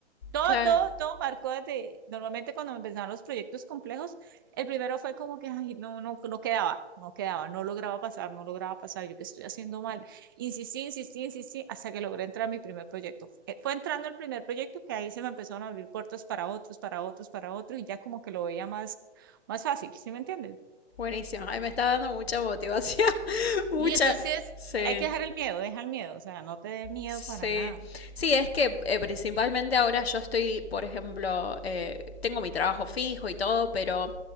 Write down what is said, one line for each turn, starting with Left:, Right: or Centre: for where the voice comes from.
Right: Todo,
Left: claro.
Right: todo, todo marcó desde, normalmente cuando me empezaron los proyectos complejos, el primero fue como que, ay, no, no, no quedaba, no quedaba, no lograba pasar, no lograba pasar, yo qué estoy haciendo mal. Insistí, insistí, insistí, hasta que logré entrar a mi primer proyecto. Eh, Fue entrando el primer proyecto que ahí se me empezaron a abrir puertas para otros, para otros, para otros, y ya como que lo veía más, más fácil, ¿sí me entiendes?
Left: Buenísimo. Ay, me está dando mucha motivación. <laughs> Mucha.
Right: Y entonces
Left: Sí.
Right: hay que dejar el miedo, deja el miedo, o sea, no te dé miedo
Left: Sí.
Right: para nada.
Left: Sí, es que eh, principalmente ahora yo estoy, por ejemplo, eh, tengo mi trabajo fijo y todo, pero